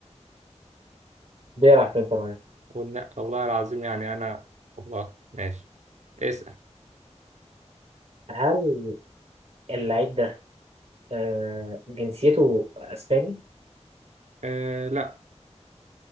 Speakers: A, on the right; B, on the right.
A: بيلعب في انتر ميامي
B: قلنا والله العظيم يعني انا والله ماشي اسال
A: هل اللعيب ده آه جنسيته اسباني
B: آه لا